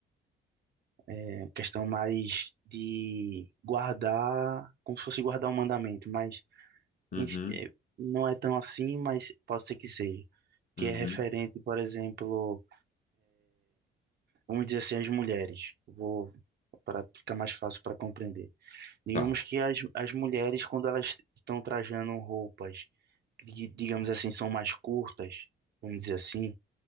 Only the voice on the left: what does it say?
Uhum,
uhum,
tá.